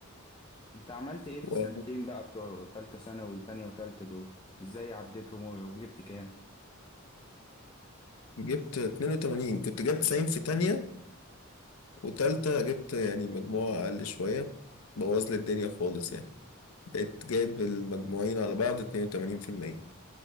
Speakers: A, on the left; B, on the left.
A: انت عملت ايه في
B: و-
A: السنتين بقى بتوع تالتة ثانوي تانية وتالتة دول ازاي عديتهم وجبت كام
B: جبت 82 كنت جبت 90 في تانية وتالتة جبت يعني مجموعة أقل شوية بوظ لي الدنيا خالص يعني بقيت جايب المجموعين على بعض 82%